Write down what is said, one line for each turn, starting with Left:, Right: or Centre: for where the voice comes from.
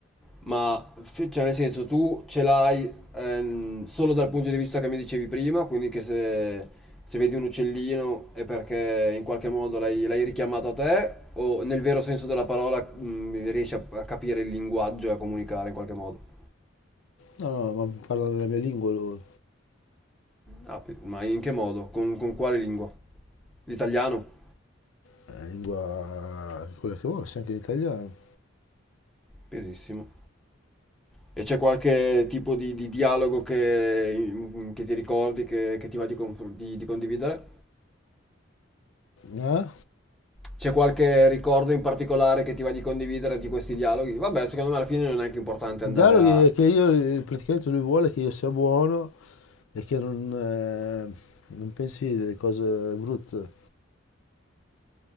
Centre: Ma fe- cioè, nel senso, tu ce l'hai ehm, solo dal punto di vista che mi dicevi prima, quindi che se, se vedi un uccellino è perché in qualche modo l'hai l'hai richiamato a te, o nel vero senso della parola mm, riesci a, a capire il linguaggio e a comunicare in qualche modo?
Left: No, no, ma parla nella mia lingua lui.
Centre: Ah, pe- ma in che modo? Con, con quale lingua? L'italiano?
Left: la lingua quella che vuoi, anche l'italiano.
Centre: Pesissimo. E c'è qualche tipo di, di dialogo che, mm, che ti ricordi, che, che ti va di confr- di- di condividere?
Left: Eh?
Centre: C'è qualche ricordo in particolare che ti va di condividere di questi dialoghi? Vabbè, secondo me alla fine non è neanche importante
Left: Il
Centre: andare
Left: dialogo
Centre: a
Left: è che io praticamente lui vuole che io sia buono e che non, eh, non pensi delle cose brutte.